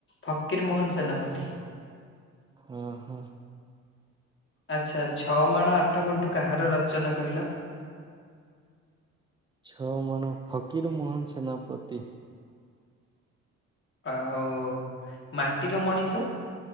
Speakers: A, on the left; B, on the right.
A: ଫକୀର ମୋହନ ସେନାପତି।
B: ହଁ ହଁ,
A: ଆଚ୍ଛା ଛଅ ମାଣ ଆଠ ଗୁଣ୍ଠୁ କାହାର ରଚନା କହିଲ?
B: ଛଅମାଣ ଫକୀର ମୋହନ ସେନାପତି।
A: ଆଉ-ଉ-ଉ-ଉ ମାଟିର ମଣିଷ,